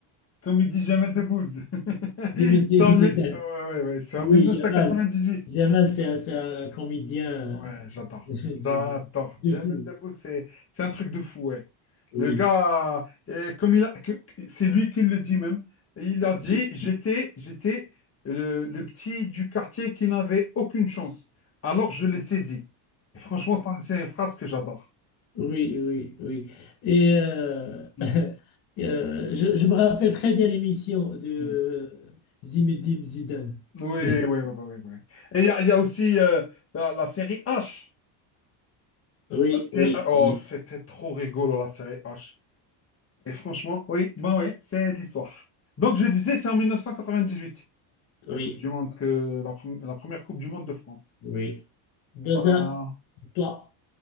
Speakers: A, on the left; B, on the left.
A: Comme il dit Jamel Debbouze. <laughs>
B: Zinedine
A: C'est en, mille-
B: Zidane.
A: ouais, ouais, ouais, c'est
B: Oui,
A: en 1998.
B: Jamal. Jamal, c'est un, c'est un comédien
A: Ouais, j'adore.
B: <laughs> de,
A: J'adore.
B: de
A: Jamel
B: fou.
A: Debbouze, c'est c'est un truc de fou, ouais.
B: Oui.
A: Le gars, euh, comme il a, que- que- c'est lui qui le dit même. Et Il a dit,
B: Je-
A: j'étais, j'étais le, le petit du quartier qui n'avait aucune chance. Alors je l'ai saisi. Et franchement, ça, c'est une phrase que j'adore.
B: oui, oui, oui. Et euh,
A: Mm.
B: <laughs> euh, je, je me rappelle très bien l'émission de
A: Mm.
B: Zimedim Zidane.
A: Oui,
B: <laughs>
A: oui, oui, oui, oui. Et il y a, il y a aussi euh, la, la série H.
B: Oui,
A: La série-
B: oui,
A: oh,
B: oui,
A: c'était trop rigolo, la série H. Et franchement, oui, ben oui, c'est de l'histoire. Donc je disais, c'est en 1998,
B: oui,
A: la Coupe du Monde, que la, pre- la première Coupe du Monde de France.
B: oui. Deux
A: Ah,
B: un, toi,